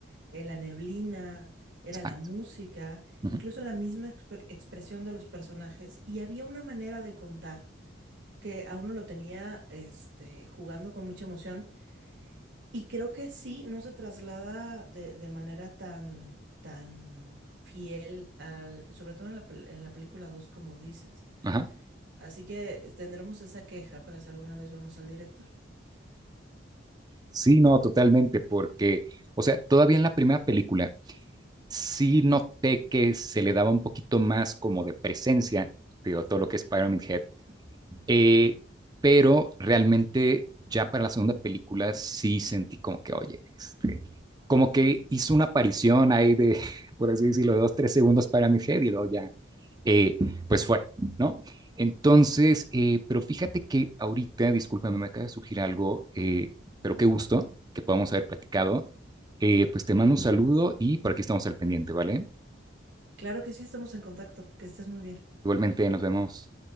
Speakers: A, on the right; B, on the right.
A: eh, la neblina, era
B: exacto.
A: la música,
B: ujú,
A: incluso la misma expre- expresión de los personajes y había una manera de contar que a uno lo tenía este, jugando con mucha emoción. Y creo que sí, no se traslada de, de manera tan, tan fiel al, sobre todo en la, pel- en la película 2 como dices.
B: Ajá.
A: Así que tendremos esa queja para si alguna vez vemos al director.
B: Sí, no, totalmente, porque, o sea, todavía en la primera película sí noté que se le daba un poquito más como de presencia, digo, todo lo que es Pyramid Head, Eh, pero realmente ya para la segunda película sí sentí como que, oye, este, como que hizo una aparición ahí de, <laughs> por así decirlo, de dos, tres segundos para mi head y luego ya, eh, pues fue, ¿no? Entonces, eh, pero fíjate que ahorita, discúlpame, me acaba de surgir algo, eh, pero qué gusto que podamos haber platicado. Eh, pues te mando un saludo y por aquí estamos al pendiente, ¿vale?
A: Claro que sí, estamos en contacto. Que estés muy bien.
B: Igualmente nos vemos.